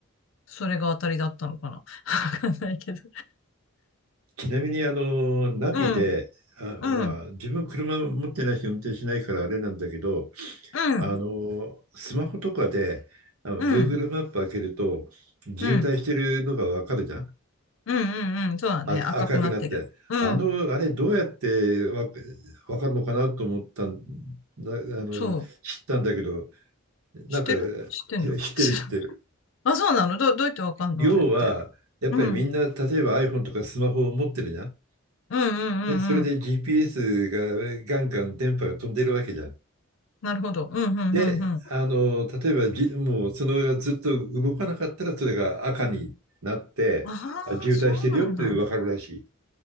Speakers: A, on the left (about 60°); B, on the right (about 80°).
A: それが当たりだったのかな。<laughs> わかんないけど。
B: ちなみに、あの、ナビで、
A: うん、
B: あ、
A: うん、
B: は、自分車持ってないし、運転しないからあれなんだけど、
A: うん、
B: あの、スマホとかで、あの、
A: うん、
B: Google マップ開けると、渋滞してるのがわかるじゃん
A: うん。うんうんうん。そうだね。
B: あ、
A: 赤くなってる。
B: 赤くなって。
A: うん。
B: あの、あれ、どうやってわ、わかるのかなと思ったんだ、あの、
A: そう。
B: 知ったんだけど、なんか、
A: 知ってる知ってんの知らん。
B: 知ってる知ってる。
A: <laughs> あ、そうなのど、どうやってわかんのあれって。
B: 要は、やっぱりみんな、
A: うん。うん
B: 例えば iPhone とかスマホを持ってるじゃん
A: うんうんうん。
B: で、それで GPS がガンガン電波が飛んでるわけじゃん。
A: なるほど。うんうんうんうん。
B: で、あの、例えばじ、もうその上がずっと動かなかったら、それが赤になって、
A: あ
B: あ、渋滞してるよって分かるらしい。
A: あ、そうなんだ。